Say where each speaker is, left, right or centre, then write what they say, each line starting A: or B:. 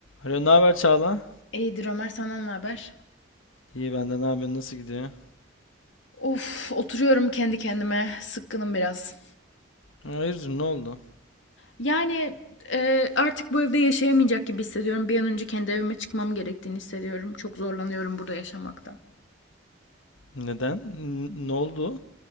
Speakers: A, on the left; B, on the left.
A: Alo, ne haber Çağla?
B: İyidir Ömer senden ne haber?
A: İyi benden ne haber? Nasıl gidiyor?
B: Of oturuyorum kendi kendime sıkkınım biraz.
A: Hayırdır, ne oldu?
B: Yani e, artık bu evde yaşayamayacak gibi hissediyorum. Bir an önce kendi evime çıkmam gerektiğini hissediyorum. Çok zorlanıyorum burada yaşamakta.
A: Neden? N- ne oldu?